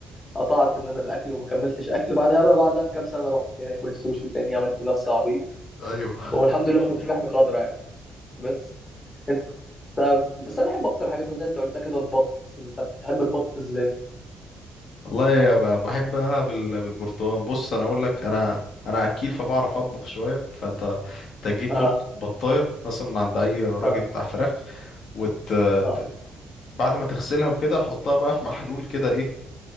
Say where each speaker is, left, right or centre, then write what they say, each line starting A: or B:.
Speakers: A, on the left; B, on the left.
A: قطعت ان انا الاكل وما كملتش اكل بعدها بقى بعدها بكام سنه رحت تاني اكل سوشي تاني عملت نفسي عبيط
B: <laughs> ايوه
A: والحمد لله ما كانش في حاجه خضرا يعني بس انت بس انا بحب اكتر حاجات زي ما انت قلتها كده البط انت بتحب البط ازاي
B: والله يا ب- بحبها بال- بالبرتقال بص انا اقول لك انا انا اكيل فبعرف اطبخ شويه فانت تجيب
A: اه
B: برت... بطايه مثلا من عند اي راجل
A: اه
B: بتاع فراخ وت...
A: اه
B: ت- بعد ما تغسلها وكده حطها بقى في محلول كده ايه